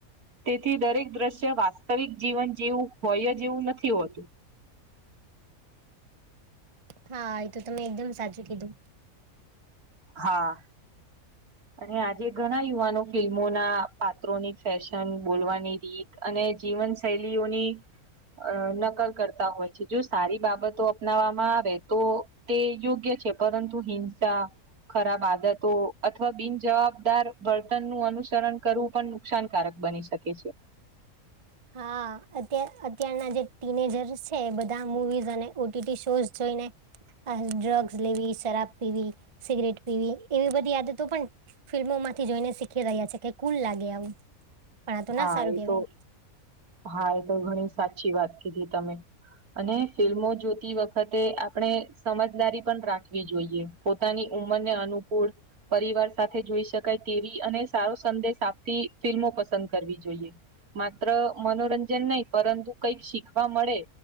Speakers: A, on the right; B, on the right.
A: તેથી દરેક દ્રશ્ય વાસ્તવિક જીવન જેવું હોય જે એવું નથી હોતું.
B: હા એ તો તમે એકદમ સાચું કીધું.
A: હા. અને આજે ઘણા યુવાનો ફિલ્મોના પાત્રોની ફેશન બોલવાની રીત અને જીવન શૈલીઓની અ નકલ કરતા હોય છે જો સારી બાબતો અપનાવવામાં આવે તો તે યોગ્ય છે પરંતુ હિંસા ખરાબ આદતો અથવા બિનજવાબદાર વર્તન નું અનુસરણ કરવું પણ નુકસાનકારક બની શકે છે.
B: હા અત અત્યારના જે ટીનેજર્ છે બધા મુવીઝ અને ઓટીટી શોઝ જોઈને આ ડ્રગ્સ લેવી શરાબ પીવી સિગરેટ પીવી એવી બધી યાદ તો પણ ફિલ્મોમાંથી જોઈને શીખી રહ્યા છે કે કુલ લાગે આવું. પણ આ તો
A: હા
B: ના સારું કેવાય
A: એ તો હા એ તો ઘણી સાચી વાત કીધી તમે. અને ફિલ્મો જોતી વખતે અપ આપણે સમજદારી પણ રાખવી જોઈએ પોતાની ઉંમરને અનુકૂળ પરિવાર સાથે જોઈ શકાય તેવી અને સારો સંદેશ આપતી ફિલ્મો પા પસંદ કરવી જોઈએ માત્ર મનોરંજન નહી પરંતુ કઈક શીખવા મળે